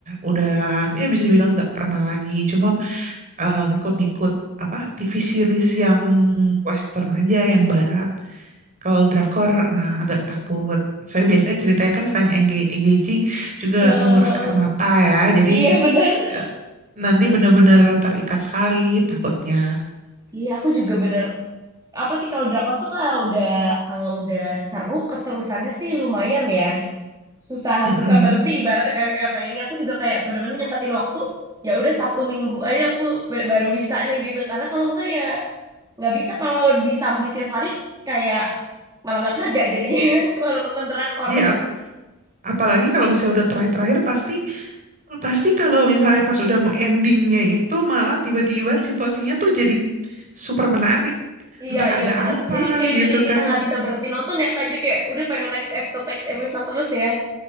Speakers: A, on the right; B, on the right.
A: udah ya bisa dibilang nggak pernah lagi. Cuma eh, ngikut-ngikut apa TV series yang Western aja, yang Barat. Kalau drakor, nah agak takut. Saya biasanya ceritanya kan selain engga- engaging juga
B: heeh,
A: menguras
B: heeh.
A: air mata ya. Jadi
B: Iya benar.
A: eh, nanti benar-benar terikat sekali takutnya.
B: Iya aku juga bener. Apa sih kalau drakor tuh kalau udah kalau udah seru keterusannya sih lumayan ya. Susah
A: <laughs> Mm-mm.
B: susah berhenti ibaratnya kan karena ini aku juga kayak bener-bener nyempetin waktu. Ya udah Sabtu Minggu aja aku ba- baru bisanya gitu. Karena kalau enggak ya nggak bisa kalau disambi setiap hari kayak malah nggak kerja jadinya <laughs> malah nonton drakor.
A: Ya, ap- apalagi kalau misalnya udah terakhir-terakhir pasti. Pasti kalau misalnya pas udah mau endingnya itu malah tiba-tiba situasinya tuh jadi super menarik.
B: Iya,
A: Entah
B: iya
A: ada
B: bener.
A: apa
B: Jadi kayak
A: gitu
B: bikin
A: kan.
B: kita nggak bisa berhenti nonton ya, Kak. Jadi kayak udah pengen next episode, next episode terus ya.